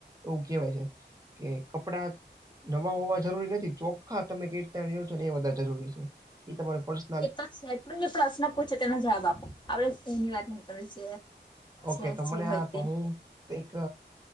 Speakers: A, on the right (about 20°); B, on the left (about 25°).
A: એવું કહેવાય છે કે કપડા નવો હોવા જરૂરી નથી. ચોખ્ખા તમે કેઈ રીતના રેવ છો ને એ બધારે જરૂરી છે. ઈ તમારો પરશ
B: એ તો છે જ પણ મે પ્રશ્ન પૂછુ તેનો જવાબ આપો. આપણે એની વાત ની કરવી છે.
A: ઓકે.
B: છે
A: તમને
B: જે હોય તે
A: તો હું. એક